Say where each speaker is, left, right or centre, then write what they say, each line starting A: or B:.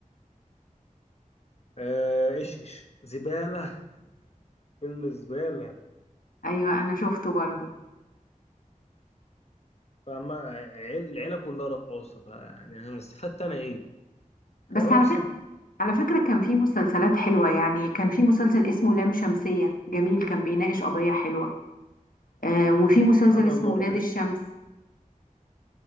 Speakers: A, on the left (about 50°); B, on the left (about 90°).
A: آه ايش ايش زبالة فيلم زبالة
B: ايوه انا شفته برضو
A: فاهمة آه، العيلة كلها رقاصة يعني انا استفدت انا ايه
B: بس
A: يا ناقصة
B: على فكرة على فكرة كان في مسلسلات حلوة يعني كان في مسلسل اسمه لام شمسية جميل كان بيناقش قضية حلوة آه وفي مسلسل
A: سبحان
B: اسمه
A: الله
B: ولاد
A: ما كانش
B: الشمس